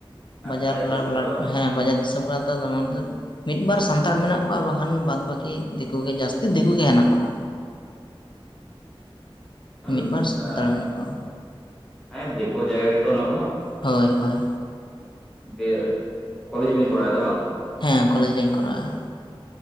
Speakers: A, in the centre; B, on the left (about 55°).
A: ᱦᱮᱸ
B: ᱵᱟᱡᱟᱨ ᱞᱟ
A: ᱫᱤᱥᱚᱢ
B: ᱵᱟᱵᱼᱞᱟᱴ‌‌
A: ᱛᱚ
B: ᱮᱸᱦ᱾ ᱦᱮᱸ ᱵᱟᱡᱟᱨ ᱫᱤᱥᱚᱢ ᱠᱟᱱᱟᱨᱮ ᱛᱚ ᱢᱤᱫ ᱵᱟᱨ ᱥᱟᱱᱛᱟᱲ ᱢᱮᱱᱟᱜ ᱠᱚᱣᱟ ᱵᱟᱠᱷᱟᱱ ᱵᱟᱫ ᱵᱟᱠᱤ᱾ ᱫᱤᱠᱩ ᱜᱮ ᱡᱟᱹᱥᱛᱤ ᱫᱤᱠᱩ ᱜᱮ ᱦᱮᱱᱟᱜ ᱠᱚᱣᱟ᱾
A: ᱦᱮᱸ <inaudible>
B: ᱢᱤᱫ ᱵᱟᱨ ᱥᱟᱱᱛᱟᱲ ᱢᱮᱱᱟᱜ ᱠᱚᱣᱟ
A: ᱦᱮᱸ ᱫᱮᱠᱳ ᱡᱟᱭᱜᱟ ᱜᱮᱛᱚ ᱚᱱᱟ ᱠᱚᱢᱟ᱾
B: ᱦᱳᱭ ᱦᱳᱭ᱾
A: ᱤᱭᱟᱹ ᱠᱚᱞᱮᱡᱽ ᱵᱤᱱ ᱠᱚᱨᱟᱣᱮᱫᱟ ᱵᱟᱝ,
B: ᱦᱮᱸ ᱠᱚᱞᱮᱡᱽ ᱞᱤᱧ ᱠᱚᱨᱟᱣ ᱮᱜ-ᱟ᱾